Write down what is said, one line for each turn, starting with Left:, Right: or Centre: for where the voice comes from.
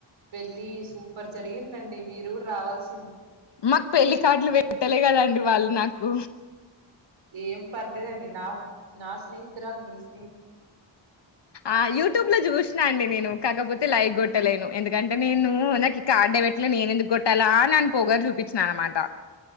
Right: పెళ్లి సూపర్ జరిగిందండి మీరు కూడా రావాల్సి
Left: మాకు పెళ్లికార్డ్లు పెట్టలే కదండి వాళ్ళు నాకు
Right: ఏం పర్లేదండి నా నా స్నేహితురాలు నీ
Left: ఆ యూట్యూబ్ లో చూసినా అండి నేను కాకపోతే లైక్ కొట్టలేను ఎందుకంటే నేను నాకి కార్డే బెట్లే నేనెందుకు కొట్టాలా అని పోగరు చూపి చ్నమాట